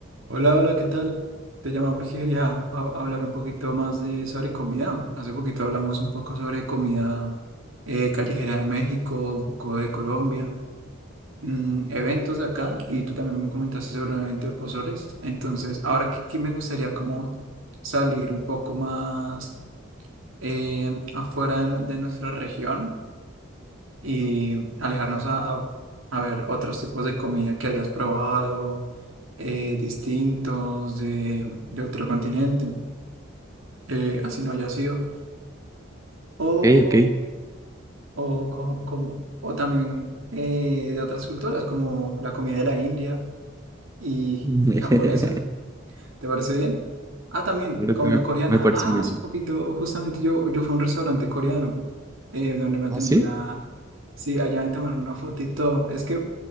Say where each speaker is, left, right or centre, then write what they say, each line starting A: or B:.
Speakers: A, on the right; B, on the right.
A: Hola, hola, ¿qué tal? Te llamo porque quería a- hablar un poquito más de sobre comida. Hace poquito hablamos un poco sobre comida eh, callejera de México, un poco de Colombia, mm, eventos de acá, y tú también me comentaste sobre un evento de pozoles. Entonces, ahora que, que me gustaría como salir un poco más eh, afuera de, nu- de nuestra región y alejarnos a, a- a ver otros tipos de comida que hayas probado, eh, distintos de, de otro continente, eh, así no haya sido, o,
B: ok. ok.
A: o, co- como- o también eh, de otras culturas, como la comida de la India y,
B: <laughs>
A: y japonesa. ¿Te parece bien? Ah, también
B: Creo
A: comida
B: que me,
A: coreana.
B: me parece
A: Ah,
B: muy
A: hace
B: bien.
A: poquito justamente yo, yo fui a un restaurante coreano eh, donde me atendió
B: ¿Ah, sí?
A: una... Sí, allá me tomaron una fotito. Es que